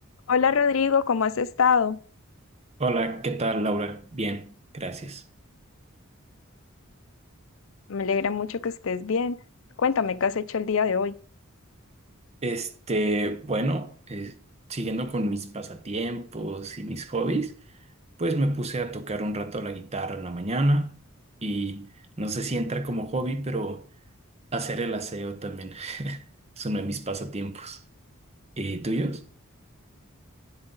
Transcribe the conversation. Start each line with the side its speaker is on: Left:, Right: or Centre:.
Left: Hola Rodrigo, ¿cómo has estado?
Right: Hola, ¿qué tal, Laura? Bien, gracias.
Left: Me alegra mucho que estés bien. Cuéntame qué has hecho el día de hoy.
Right: Este, bueno, eh, siguiendo con mis pasatiempos y mis hobbies, pues me puse a tocar un rato la guitarra en la mañana y no sé si entra como hobby, pero hacer el aseo también <laughs> es uno de mis pasatiempos. ¿Y tuyos?